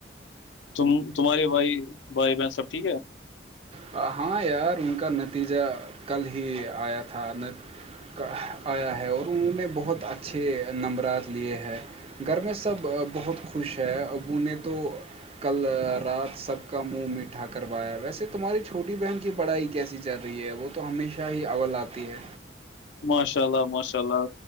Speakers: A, on the left; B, on the right.
A: ت تمہارے بھائی بھائی بہ سب ٹھیک ہے
B: آ، ہاں یار ان کا نتیجہ کل ہی آیا تھا کا آیا ہے اور انہوں نے بہت اچھے نمبرات لیے ہیں گھر میں سب بہت خوش ہیں اب نے تو کل رات سب کا منہ میٹھا کروایا ویسے تمہاری چھوٹی بہن کی پڑھائی کیسی چل رہی ہے وہ تو ہمیشہ ہی اول آتی ہے
A: ماشاء اللہ ماشاء اللہ